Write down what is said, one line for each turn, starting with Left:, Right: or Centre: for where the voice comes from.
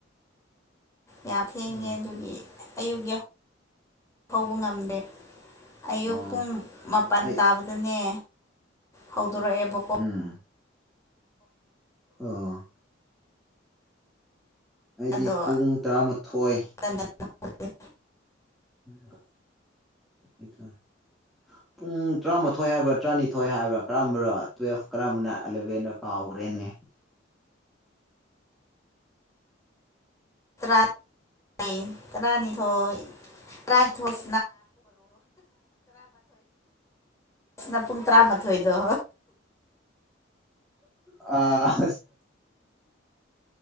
Left: ꯌꯥ ꯐꯦꯡꯉꯦ
Centre: ꯑꯣ
Left: ꯑꯗꯨꯒꯤ ꯑꯌꯨꯛ ꯌꯥ ꯍꯧꯕ ꯉꯝꯗꯦ ꯑꯌꯨꯛ
Centre: ꯑꯣ
Left: ꯄꯨꯡ ꯃꯥꯄꯟ
Centre: ꯑꯩ
Left: ꯇꯥꯕꯗꯅꯦ ꯍꯧꯗꯣꯔꯛꯑꯦꯕꯀꯣ
Centre: ꯎꯝ ꯑ ꯑꯩꯗꯤ
Left: ꯑꯗꯣ
Centre: ꯄꯨꯡ ꯇꯔꯥꯃꯥꯊꯣꯏ
Left: <inaudible>
Centre: <inaudible> ꯄꯨꯡ ꯇ꯭ꯔꯥꯃꯥꯊꯣꯏ ꯍꯥꯏꯕ꯭ꯔꯥ ꯇ꯭ꯔꯥꯅꯤꯊꯣꯏ ꯍꯥꯏꯕ꯭ꯔꯥ ꯀꯔꯝꯕꯔ ꯇꯨꯋꯦꯞ ꯀꯔꯝꯕꯅ ꯑꯦꯂꯕꯦꯟꯅꯣ ꯀꯥꯎꯒ꯭ꯔꯦꯅꯦ
Left: <inaudible> ꯇꯔꯥꯅꯤꯊꯣꯏ <inaudible> ꯁꯤꯅ ꯄꯨꯡ ꯇꯔꯥꯃꯥꯊꯣꯏꯗꯣ
Centre: ꯑ